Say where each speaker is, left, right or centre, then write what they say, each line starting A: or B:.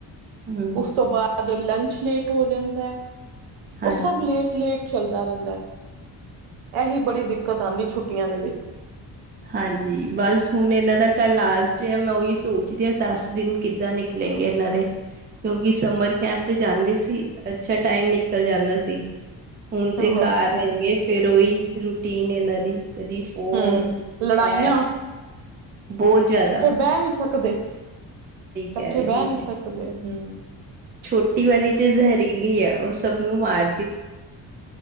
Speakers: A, on the right; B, on the right.
A: ਹਮ
B: ਉਸ ਤੋਂ ਬਾਦ ਲੰਚ ਲੇਟ ਹੋ ਜਾਂਦੈ।
A: ਹਾਂਜੀ।
B: ਓ ਸਬ ਲੇਟ-ਲੇਟ ਚੱਲਦਾ ਰੈਂਦੈ। ਐਹੀ ਬੜੀ ਦਿੱਕਤ ਆਂਦੀ ਛੁੱਟੀਆਂ ਦੇ ਵਿੱਚ।
A: ਹਾਂਜੀ, ਬਸ ਹੁਨ ਏਨਾਂ ਦਾ ਕੱਲ ਲਾਸਟ ਏ ਮੈਂ ਓਈ ਸੋਚਦੀ ਆਂ ਦਸ ਦਿਨ ਕਿੱਦਾਂ ਨਿਕ ਲੈਂਗੇ ਏਨਾਂ ਦੇ ਕਿਓਂਕਿ ਸਮਰ ਕੈਂਪ ਤੇ ਜਾਂਦੇ ਸੀ, ਅੱਛਾ ਟਾਈਮ ਨਿਕਲ ਜਾਂਦਾ ਸੀ। ਹੁਨ ਤੇ
B: ਹਾਂ
A: ਘਰ ਰੈਨਗੇ ਫਿਰ ਓਈ ਰੂਟੀਨ ਐ ਏਨਾਂ ਦੀ ਕਦੀ ਫੋਨ
B: ਹਮ ਲੜਾਈਆਂ
A: ਬੈ ਬਹੁ ਜਾਦਾ
B: ਬੈ ਨੀ ਸਕਦੇ, ਕੱਠੇ
A: ਕਹਿ ਰਹੇ
B: ਬੈ
A: ਹੋ ਤੁਸੀਂ
B: ਨੀ ਸਕਦੇ ਹੂੰ
A: ਛੋਟੀ ਵਾਲੀ ਤੇ ਜ਼ਹਰੀਲੀ ਐ ਓ ਸਬ ਨੂੰ ਮਾਰ